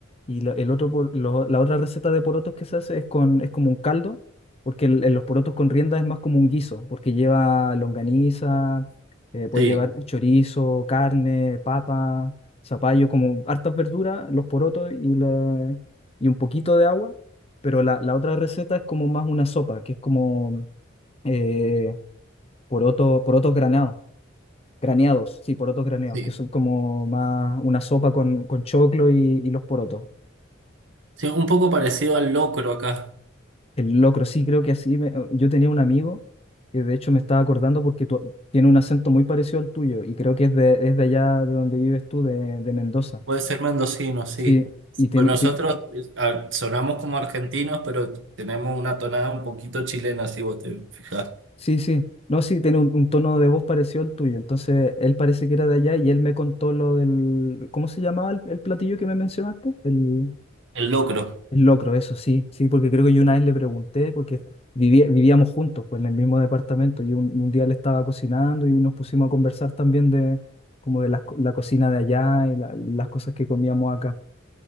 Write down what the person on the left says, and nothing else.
y la, el otro, por- lo- la otra receta de porotos que se hace es, con, es como un caldo, porque el- el- los porotos con rienda es más como un guiso, porque lleva longaniza, eh, puede
llevar chorizo, carne, papa, zapallo, como hartas verduras, los porotos y, la- y un poquito de agua, pero la, la otra receta es como más una sopa, que es como eh, poroto, porotos granados. Graneados, sí, porotos graneados,
que son como más una sopa con, con choclo y, y los porotos.
El locro, sí, creo que así. me- yo tenía un amigo que de hecho me estaba acordando porque tu- tiene un acento muy parecido al tuyo y creo que es de, es de allá de donde vives tú, de, de Mendoza.
Sí, y tiene,
ti-
sí, sí, no, sí, tiene un, un tono de voz parecido al tuyo. Entonces, él parece que era de allá y él me contó lo del, ¿cómo se llamaba el, el platillo que me mencionaste? El...
Es locro, eso sí, sí, porque creo que yo una vez le pregunté, porque vivía- vivíamos juntos, pues en el mismo departamento, y un, un día le estaba cocinando y nos pusimos a conversar también de como de las co- la, cocina de allá y la- las cosas que comíamos acá.